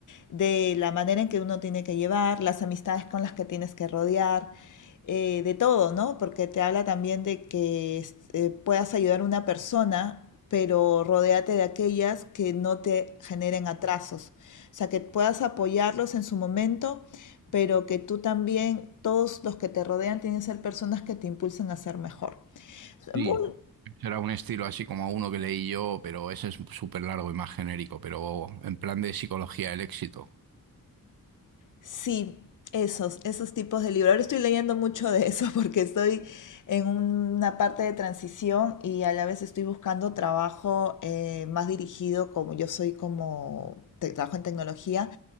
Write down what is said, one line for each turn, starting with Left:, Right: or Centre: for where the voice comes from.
Left: de la manera en que uno tiene que llevar, las amistades con las que tienes que rodear, eh, de todo, ¿no? Porque te habla también de que es- eh, puedas ayudar a una persona, pero rodéate de aquellas que no te generen atrasos o sea, que puedas apoyarlos en su momento, pero que tú también, todos los que te rodean tienen que ser personas que te impulsen a ser mejor.
Right: Sí.
Left: Muy-
Right: Será un estilo así como uno que leí yo, pero ese es súper largo y más genérico, pero en plan de psicología del éxito.
Left: sí, esos, esos tipos de libros. Ahora estoy leyendo mucho de eso <laughs> porque estoy en una parte de transición y a la vez estoy buscando trabajo eh, más dirigido, como yo soy como te- trabajo en tecnología,